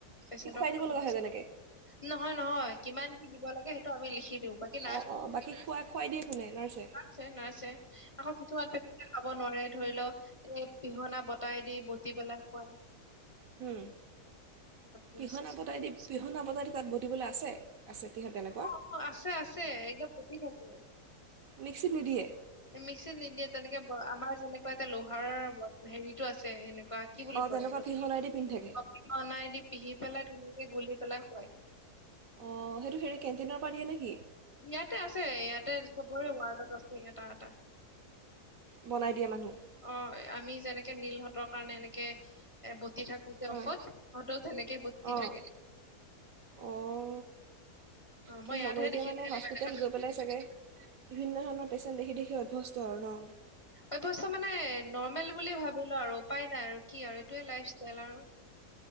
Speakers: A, on the left; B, on the right.
A: পেচেন্টক
B: কি খুৱাই দিব
A: <unintelligible>
B: লগা হয় তেনেকৈ
A: নহয় নহয় কিমান কি দিব লাগে সেইটো আমি লিখি দিওঁ বাকী নাৰ্ছ
B: অ অ, বাকী খুৱাই খুৱাই দিয়ে কোনে নাৰ্চে?
A: নাৰ্ছে নাৰ্ছে আকৌ কিছুমান পেট বিষাই খাব নোৱাৰে ধৰি ল এই পিহনা বতাই দি বটি পেলাই খোৱাই।
B: হুম,
A: উম,
B: পিহনা বতাই দিম পিহনা বতাই দি তাত বতিবলৈ আছে, আছে পিহত তেনে
A: অ অ আছে আছে একদম বতি থাকো।
B: মিক্সিত নিদিয়ে?
A: এ মিক্সিত নিদিয়ে তেনেকে ব আমাৰ যেনেকুৱা এটা লোহাৰৰ ব হেৰিটো আছে এনে কা কি বুলি
B: অঁ
A: কয়
B: তেনেকুৱা
A: এইটো?
B: পিহনাই দি পিন্ধি থাকে
A: <unintelligible> দি পিহি পেলাই ধুনীয়াকে গুলি পেলাই খুৱাই।
B: অঁহ সেইটো হেৰি কেণ্টিনৰ পৰা দিয়ে নেকি?
A: ইয়াতে আছে, ইয়াতে চবৰে ৱাৰ্ডত আছে এটা এটা।
B: বনাই দিয়ে মানুহ।
A: অ, আমি যেনেকে নীলহঁতৰ কাৰণে এনেকে এ বতি থাকোতে
B: হয়
A: ঔষধ, সিহঁতেও তেনেকে বতি
B: অঁ
A: থাকে।
B: অঁ
A: অ
B: কি
A: মই ইয়াতহে
B: হ'ব এতিয়া
A: দেখিলো
B: মানে
A: এনে
B: হস্পিতেল
A: বেলেগত
B: গৈ পেলাই চাগে বিভিন্ন ধৰণৰ পেচেণ্ট দেখি দেখি অভ্যস্ত আৰু ন?
A: অভ্যস্থ মানে নৰ্মেল বুলিয়ে ভাবিলো আৰু উপায় নাই আৰু কি আৰু এইটোৱে লাইফ ষ্টাইল আৰু।